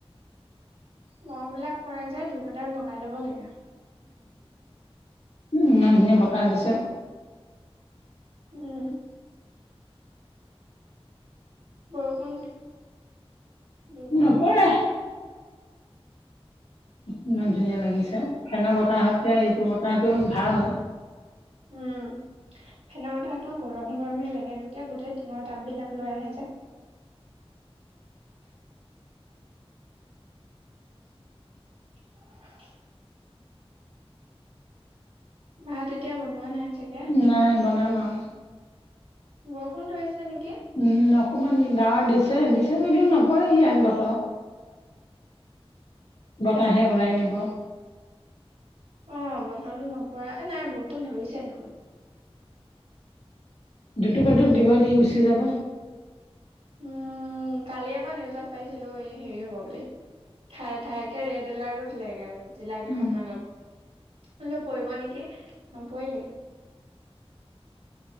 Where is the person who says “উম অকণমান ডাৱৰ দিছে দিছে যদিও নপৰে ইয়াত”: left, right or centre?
Left